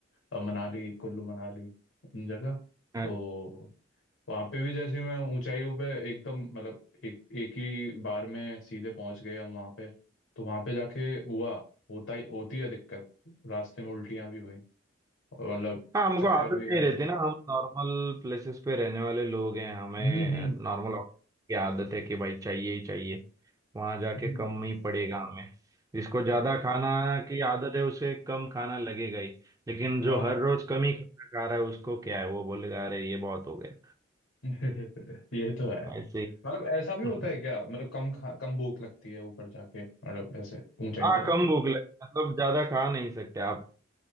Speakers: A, on the left; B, on the right.
A: अ, मनाली कुल्लू मनाली इन जगह
B: है।
A: तो वहाँ पे भी जैसे मैं ऊंचाइयों पे एकदम मतलब एक एक ही बार में सीधे पहुंच गए हम वहाँ पे तो वहाँ पे जाके हुआ होता ही होती है दिक्कत रास्ते में उल्टियाँ भी हुई और मतलब
B: हाँ हमको
A: चक्कर
B: आदत
A: भी
B: नहीं
A: आए
B: रहती ना हम नॉर्मल प्लेसेस पे रहने वाले लोग हैं हमें
A: हम्म हम्म
B: नॉर्मल की आदत है कि भाई चाहिए ही चाहिए वहां जाके
A: हम्म।
B: कम ही पड़ेगा हमें जिसको ज्यादा
A: वही
B: खाना
A: वही
B: की आदत है उसे कम खाना लगेगा ही लेकिन
A: हाँ
B: जो हर रोज कम ही खाना खा रहा है उसको क्या है वो बोलेगा अरे ये बहुत हो गया
A: <laughs> ये तो है
B: ऐसे ही
A: मतलब ऐसा भी होता है
B: <laughs>
A: क्या मतलब कम खा, कम भूख लगती है ऊपर जाके मतलब ऐसे ऊंचाई
B: हाँ
A: पे जाके
B: कम भूख लगे मतलब ज्यादा खा नहीं सकते आप